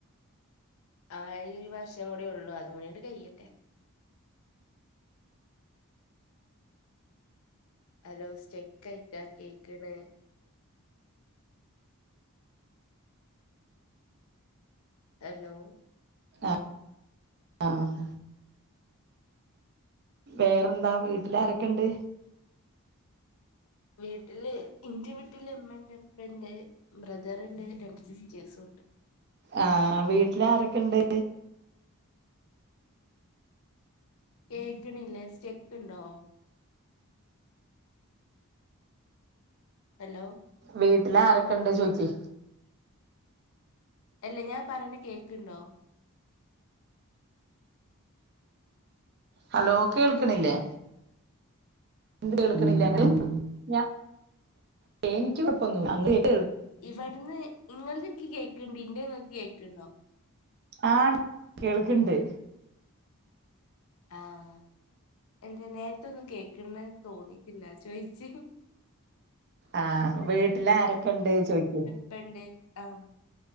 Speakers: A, on the left (about 65°); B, on the right (about 50°).
A: ആഹ് ഈ വർഷക്കൂടിയേള്ളൂ അത് കൂടിയാണ്ട് കയ്യട്ടെ ഹലോ സ്റ്റെക്കായിറ്റാ കേക്ക്ണെ ഹലോ
B: ആഹ് ആഹ് വേറെന്താ വീട്ടിലാരൊക്കണ്ട്
A: വീട്ടില് ഇന്റെ വീട്ടില് ഇമ്മണ്ട് ഇപ്പണ്ട് ബ്രദറ്ണ്ട് രണ്ട് സിസ്റ്റേഴ്സുംണ്ട്
B: ആഹ് വീട്ട്ലാരൊക്കണ്ട്
A: കേക്ക്ണില്ല സ്റ്റെക്ക്ണ്ടോ ഹലോ
B: വീട്ടിലാരൊക്കണ്ട് ചോയിച്ചേ
A: എല്ലാ ഞാ പറയ്ണെ കേക്ക്ണ്ടോ
B: ഹലോ കേൾക്ക്ണില്ലേ ണ്ട് കേൾക്ക്ണില്ലേ അങ്ങട്ട് ഞാ <unintelligible> എന്ക്ക്യ് കൊഴപ്പന്നു അങ്ങട്ട് കേ
A: ഇവട്ന്ന് ഇങ്ങൾത് ഇന്ക്ക്യ് കേക്ക്ണ്ട് ഇന്റെങ്ങക്ക് കേക്ക്ണ്ടോ
B: ആഹ് കേൾക്ക്ണ്ട്
A: ആഹ് എന്ത് നേരത്തൊന്നും കേക്ക്ണെ തോന്നീട്ടില്ല ചോയിച്ച്
B: ആഹ് വീട്ടിലാരൊക്കണ്ട് ചോയ്ക്കെ
A: ഇപ്പെണ്ട് ആഹ്